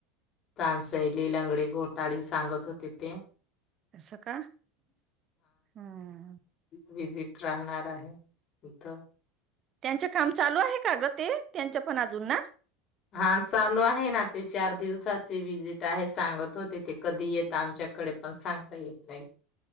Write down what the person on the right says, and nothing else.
असस का हम्म.
त्याच्य काम चालू आहे, का गं ते त्याच्य पण अजून ना.